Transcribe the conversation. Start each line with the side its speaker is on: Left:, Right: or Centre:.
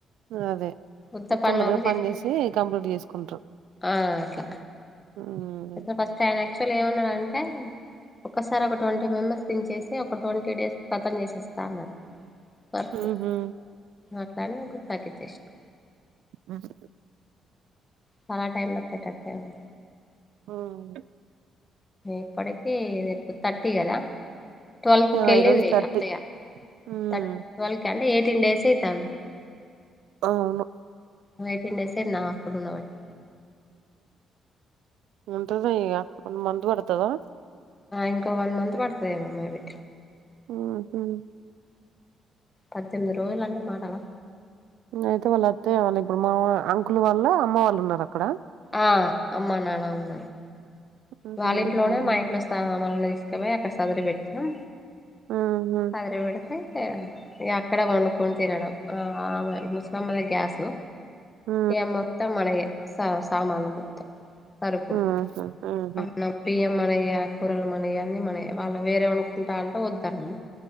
Right: అదే అదే
Left: గుత్త పనులోళ్ళు
Right: తొందరగా పని
Left: చేస్తారు
Right: చేసి కంప్లీట్ చేసుకుంటరు
Left: ఆ అట్లా
Right: హ్మ్
Left: అసలు ఫస్ట్ ఆయన ఆక్చుఅల్లీ ఏమన్నాడాంటే ఒకసారి ఒక ట్వంటీ మెంబర్స్ దించేసి ఒక ట్వంటీ డేస్ కతం చేసేస్తా అన్నడు వర్క్
Right: ఉహు
Left: అట్లానే ఇక <unintelligible>
Right: హ్మ్
Left: చాలా టైమ్ పట్టే టట్టెంది
Right: హ్మ్
Left: ఇప్పటికీ థర్టీ కదా ట్వెల్త్కి
Right: ఆ
Left: వెళ్ళింది
Right: ఈరోజు థర్టీ
Left: అత్తయ్య
Right: ఉమ్
Left: తథట్ ట్వెల్వ్కి అంటే ఎయిటీన్ డేస్ అవుతుంది
Right: అవును
Left: ఎయిటీన్ డేస్ అయ్యింది ఆమె అక్కడ ఉండబట్టి
Right: ఉంటది ఇక వన్మంత్ పడుతదా
Left: ఇంక వన్ మంత్ పడుతుందేమో మేబీ
Right: ఊహూ
Left: పద్దెనిమిది రోజులంటే మాటలా
Right: అయితే వాళ్ళు అత్తయ్య వాళ్ళ ఇప్పుడు మా అంకులు వాళ్ళ అమ్మ వాళ్ళు ఉన్నారు అక్కడ
Left: ఆ అమ్మ నానా ఉన్నారు
Right: ఉహు
Left: వాళ్ళ ఇంట్లోనే
Right: ఉహు
Left: మా ఇంట్లో వస్ <unintelligible> తీసుకుపోయి అక్కడ చదర పెడతాం
Right: ఉమ్ ఉహు
Left: సదర పెడితే యా ఏ అక్కడే వండుకొని తినడం ఆమె ముసలమ్మ దగ్గ గ్యాసు
Right: ఉహు
Left: ఏ మొత్తం మనవే సా సామాన్లు మొత్తం సరుకులు
Right: ఊహూ హూ
Left: అన్నం బియ్యం మనయే కూరలు మనయే అన్ని మనయే వాళ్ళు వేరే వండుకుంటా అంటే వద్దన్నాం